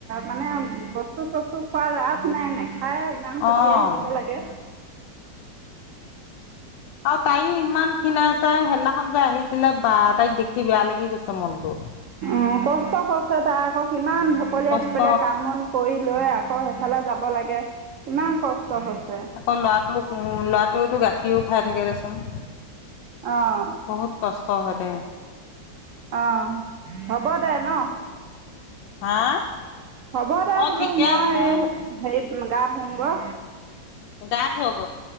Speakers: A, on the right (about 85°); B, on the left (about 85°).
A: মানে বস্তু-চস্তু খোৱাৰ ৰাপ নাই নোখায়। ইমান কতিয়াই
B: অ'।
A: থাকিব লাগে।
B: আৰু তাইও ইমান খিনাইছে, সেইদিনাখন যে আহিছিলে বা তাইক দেখি বেয়া লাগি গৈছে মনটো।
A: অ', কষ্ট হৈছে তাৰ আকৌ কিমান ঢপলীয়াই
B: কষ্ট
A: ঢপলীয়াই কাম- বন কৰি লৈ আকৌ সেইফালে যাব লাগে, কিমান কষ্ট হৈছে।
B: কম ল'ৰাটো ল'ৰাটোটো গাখীৰও খাই থাকে দেচোন।
A: অঁ
B: বহুত কষ্ট হয় দে।
A: অঁ', হ'ব দে ন।
B: হা?
A: হ'ব দে
B: অ'
A: বোলো
B: ঠিকে
A: মই
B: আছে।
A: এই হে গা ধুং গৈ।
B: গা ধুয় গ।